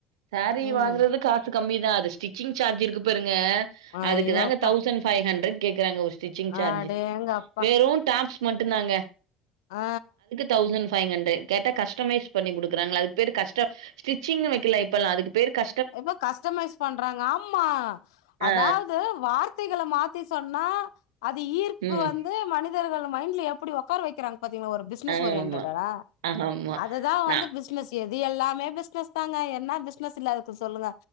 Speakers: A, on the right (about 75°); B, on the left (about 70°).
A: சேரீ
B: ம்.
A: வாங்றது காசு கம்மி தா அது ஸ்டிச்சிங் சார்ஜ் இருக்கு பாருங்க
B: ஐயோ!
A: அதுக்கு தாங்க
B: அப்பா.
A: தௌசண் ஃபை ஹண்ட்ரட் கேக்குறாங்க ஒரு ஸ்டிச்சிங் சார்ஜூ
B: அடேங்கப்பா!
A: வெறு டாப்ஸ் மட்டுதாங்க
B: ஆ
A: தௌசண் ஃபைவ் ஹண்ட்ரட் கேட்டா கஸ்டமைஸ் பண்ணிக் குடுக்றாங்ள அதுக்கு பேரு கஸ்ட ஸ்டிச்சிங் வைக்கலஇப்ப ல்லா அதுக்கு பேரு க
B: இப்ப கஸ்டமைஸ் பண்றாங்க ஆ ம்மா அதாவது
A: ஆ
B: வார்த்தைகள மாத்தி சொன்னா அது ஈர்ப்பு
A: ம்
B: வ ந்து மனிதர்கள் மைண்ட்ல எப்டி ஒக்கார வைக்கிறாங்க பாத்தீங்ளா ஒரு பிஸ்னஸ்
A: ஆமா
B: ஓரியன்ட்டடா
A: ஆமா
B: அததா
A: நா
B: வந்து பிஸ் பிஸ்னஸ் எது எல்லாமே பிஸ்னஸ் தாங்க என்னா பிஸ்னஸ் இல்லாததுக்கு சொல்லுங்க